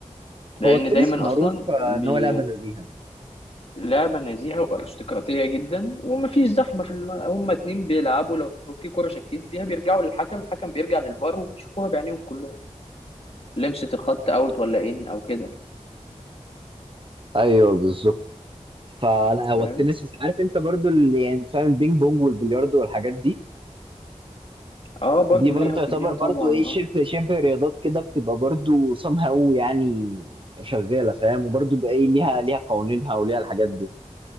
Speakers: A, on the left; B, on the right.
A: لأن
B: التنس
A: دايما
B: معروف
A: أصلا
B: آه، ان
A: بي-
B: هو لعبة نزيهة
A: لعبة نزيهة وأرستقراطية جدا ومفيش زحمة في الم... هما اتنين بيلعبوا لو في كرة شاكين فيها بيرجعوا للحكم الحكم بيرجع للفار وبيشوفوها بعينيهم كلهم لمسة الخط أوت ولا إن أو كده
B: ايوه بالظبط فلا هو
A: فاهم
B: التنس عارف انت برضو اللي يعني فاهم البينج بونج والبلياردو والحاجات دي
A: اه برضو
B: دي برضو
A: ليها
B: يعتبر
A: ليها طبعا
B: برضو ايه شبه
A: اه
B: شبه رياضات كده بتبقى برضو somehow يعني شغاله فاهم وبرضو بقى ايه ليها ليها قوانينها وليها الحاجات دي